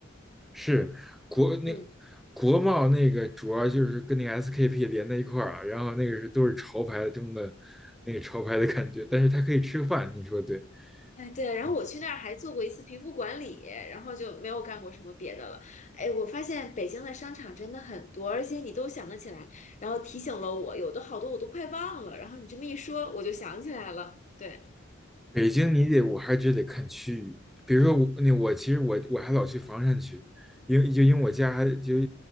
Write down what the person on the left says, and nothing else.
嗯。
哎，对，然后我去那儿还做过一次皮肤管理，
然后就没有干过什么别的了。哎，我发现北京的商场真的很多，而且你都想得起来，然后提醒了我，有的好多我都快忘了，然后你这么一说，我就想起来了。对，